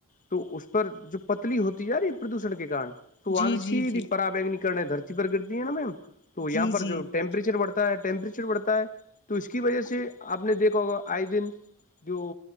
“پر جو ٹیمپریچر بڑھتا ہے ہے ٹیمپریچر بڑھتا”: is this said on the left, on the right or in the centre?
Left